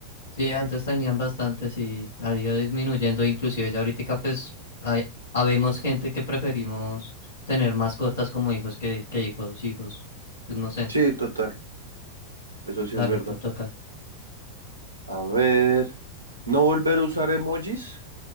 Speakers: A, on the left (about 65°); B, on the right (about 85°).
A: Sí, antes tenían bastantes y ha ido disminuyendo, inclusive ya ahorita pues hay, habemos gente que preferimos tener mascotas como hijos que, que hijos, hijos, pues, no sé,
B: Sí, total, eso sí
A: dale,
B: es verdad.
A: te toca.
B: A ver, ¿no volver a usar emojis